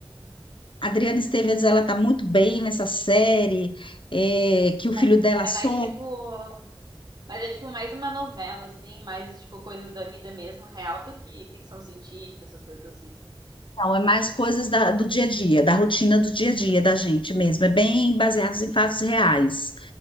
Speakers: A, on the left; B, on the right.
A: Adriana Esteves ela tá muito bem nessa série, é, que o filho
B: Mas
A: dela
B: é
A: some
B: mais, tipo... Mas é, tipo, mais uma novela, assim. Mais, tipo, coisas da vida mesmo, real, do que ficção científica, essas coisas assim.
A: Não, é mais coisas da- do dia a dia, da rotina do dia a dia da gente mesmo. É bem baseados em fatos reais.